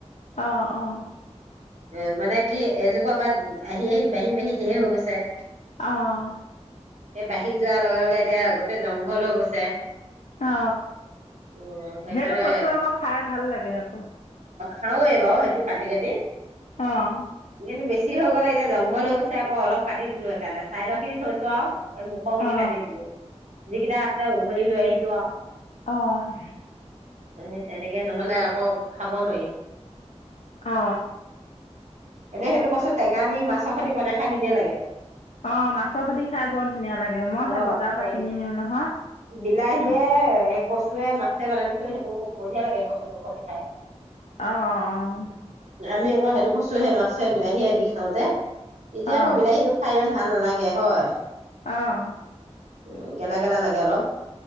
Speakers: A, on the left; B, on the right.
A: অ অ
B: উ মানে কি এজোপা বাৰ আহি আহি বাঢ়ি বাঢ়ি ঢেৰ হৈ গৈছে।
A: অহ
B: সেই বাঢ়ি যোৱাৰ লগে লগে এতিয়া গোটেই জংঘল হৈ গৈছে।
A: অ
B: উম সেইকাৰণে
A: সেইটো কছো আকৌ খাই ভাল লাগে আকৌ।
B: খাওঁৱে বাৰু সেইটো কাটি কাটি।
A: অহ
B: কিন্তু বেছি হৈ গ'লে এতিয়া জংঘল হৈ গৈছে আকৌ অলপ কাটি দিলোঁ সেইকাৰণে চাইদৰখিনি থৈছো আৰু। এ মুখ খিনি
A: অ
B: কাটি দিলো যিকেইটা আছে উঘলি লৈ আহি চোৱা।
A: অহ
B: সেই তেনেকে নহলে আকৌ খাব নোৱাৰি।
A: অ।
B: এতিয়া সেইটো কছো টেঙা দি মাছৰ খৈতি বনাই খাই ধুনীয়া লাগে।
A: অ মাছৰ সৈতে খাই বৰ ধুনীয়া লাগে মই
B: অহ
A: সেই বজাৰৰ পৰা
B: <unintelligible>
A: কিনি নিওঁ নহয়
B: বিলাহীয়ে
A: অ
B: কচুৱে মাছে বনাবিছোন সেইটো বঢ়িয়া লাগে কচু খতি খাই।
A: অহ অহ অহ।
B: আমি ম সেইটো কছোহে মাছে বিলাহীয়ে দি খাওঁ যে। এতিয়া
A: অ
B: আকৌ বিলাহীতো খাই ইমান ভাল ভাল নালাগে হয়?
A: আহ
B: উম গেলা গেলা লাগে অলপ